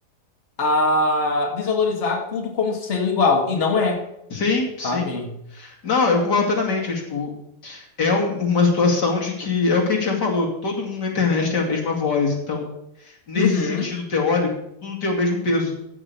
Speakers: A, on the left; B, on the left.
A: a desvalorizar tudo como sendo igual. E não é,
B: Sim,
A: sabe?
B: sim. Não, eu concordo plenamente. É, tipo, é um- uma situação de que é o que a gente já falou, todo mundo na internet tem a mesma voz. Então, nesse
A: Uhum.
B: sentido teórico, tudo tem o mesmo peso.